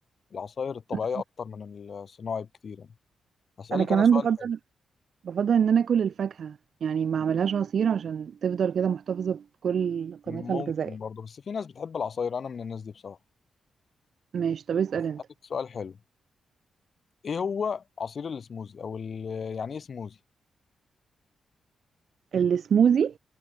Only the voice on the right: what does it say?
مم.
انا كمان
بفضل
بفضل ان انا اكل الفاكهه يعني ما اعملهاش عصير عشان تفضل كده محتفظه بكل قيمتها
الغذائيه
ماشي طب اسال
انت
السموزي